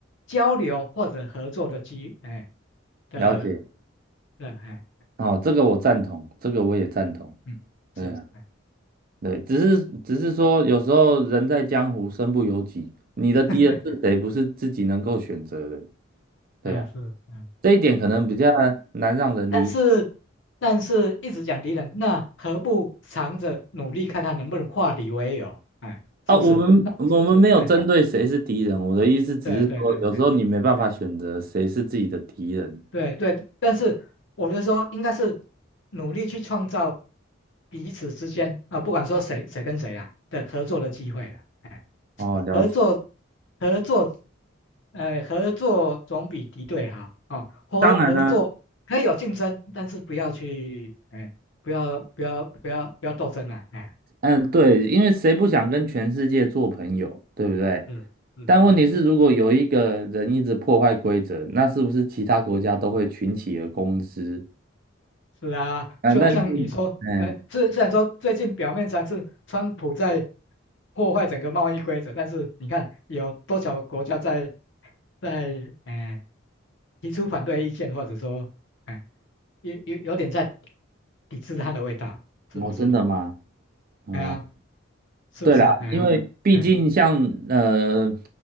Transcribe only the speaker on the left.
交流或者合作的机，哎的，
的，哎，
嗯，
是，哎，
<laughs>
嗯，是，嗯。
但是但是一直讲敌人，那何不藏着努力看看能不能化敌为友？哎，
是不是？
那不是，哎，
对对对，哎，哎对对，但是我就说应该是努力去创造彼此之间啊，不管说谁谁跟谁啦的合作的机会了。哎
合作合作，哎，合作总比敌对好啊。合合作可以有竞争，
但是不要去，哎，不要不要不要不要斗争啊，哎，
嗯嗯嗯。
是啊，
就好像你说，
呃，虽虽然说最近表面上是川普在破坏整个贸易规则，但是你看有多少国家在在呃提出反对意见，或者说，呃，有有有点在抵制它的味道，是不是？
哎呀，是不是？
哎呀，
嗯